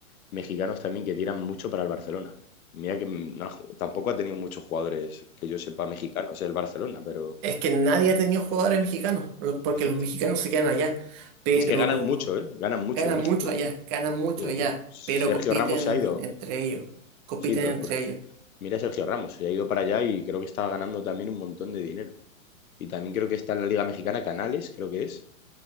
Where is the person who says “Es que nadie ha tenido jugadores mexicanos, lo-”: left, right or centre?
Right